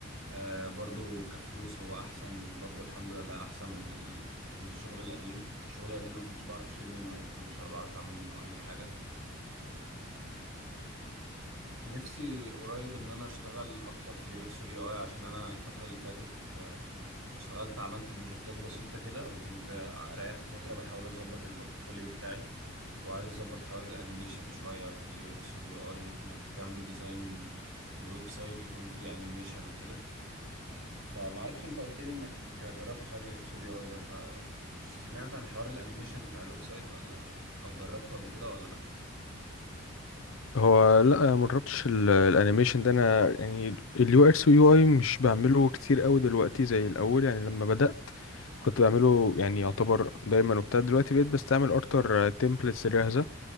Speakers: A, on the right; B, on the left.
A: آه برضو كفلوس هو أحسن برضو الحمد لله أحسن من ال... من الشغل القديم الشغل القديم ما كنتش بعرف أشيل منه أي فلوس ولا بعرف أعمل منه أي حاجة نفسي قريب ان انا اشتغل اكتر في اليو اكس واليو اي عشان انا الفتره اللي فاتت آه، اشتغلت عملت بروجكتات بسيطه كده وكنت آه، ريحت فتره بحاول اظبط البورتفوليو بتاعي وعايز اظبط حوار الانيميشن شويه في اليو اكس واليو اي انك تعمل ديزاين لويب سايت يكون فيه انيميشن وكده فما اعرفش انت قلت لي انك جربت حوار الاكس واليو اي ده فسمعت عن حوار الانيميشن بتاع الويب سايت ولا او جربته قبل كده ولا
B: هو لا ما جربتش ال- الانيميشن ده انا يعني اليو اكس واليو اي مش بعمله كتير قوي دلوقتي زي الاول يعني لما بدأت كنت بعمله يعني يعتبر دايما وبتاع دلوقتي بقيت بستعمل اكتر تمبلتس جاهزة